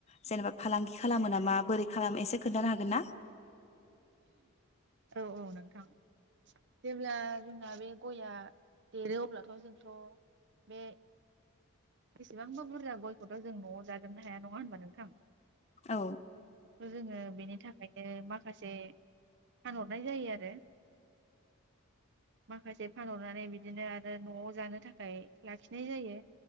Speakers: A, on the left (about 30°); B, on the right (about 50°).
A: जेनेबा फालांगि खालामो नामा बोरै खालामो एसे खोन्थानो हागोन ना?
B: औ औ नोंथां जेब्ला जोंना बे गआ देरो अब्लाथ' जोंथ' बे बेसेबांबा बुरजा गयखौथ' जों न'आव जाजोबनो हाया नङा होनबा नोंथां? जोङो
A: औ
B: बेनि थाख खायनो माखासे फानहरनाय जायो आरो माखासेब फानहरनानै बिदिनो आरो न'आव जानो थाखाय लाखिनाय जायो